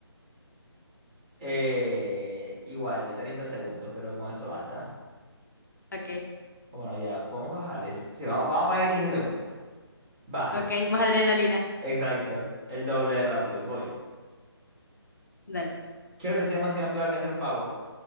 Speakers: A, on the right; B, on the left.
A: eh, igual, de 30 segundos. Creo que con eso basta.
B: Ok,
A: O bueno, ya, podemos bajarles. Sí, sí, vamos, vamos a poner 15 segundos. Va,
B: ok, más adrenalina.
A: exacto. El doble de rápido. Voy.
B: Dale.
A: ¿Qué velocidad máxima puede alcanzar un pavo?